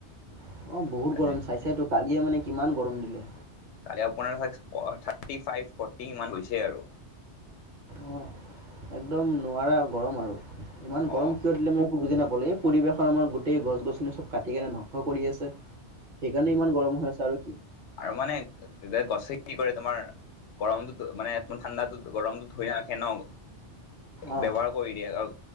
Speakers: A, on the right; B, on the left.
A: অহ, বহুত
B: আজি
A: গৰম চাইচাই তো কালিয়ে মানে কিমান গৰম দিলে।
B: কালি আপোনাৰ থাৰ্টি ফাইভ- ফৰ্টি ইমান গৈছে আৰু।
A: অ একদম নোৱাৰা গৰম আৰু। ইমান
B: অ
A: গৰম কিয় দিলে মই একো বুজি নাপালো এই পৰিৱেশৰ আমাৰ গোটেই গছ- গছনি চব কাটি কেনে ধ্বংস কৰি আছে সেইকাৰণে ইমান গৰম হৈ আছে আৰু কি
B: আৰু মানে গছে কি কৰে তোমাৰ গৰমটো মানে ঠাণ্ডাতো গৰমটো ধৰি নাৰাখে ন'
A: অঁ
B: ব্যৱহাৰ কৰি দিয়ে আৰু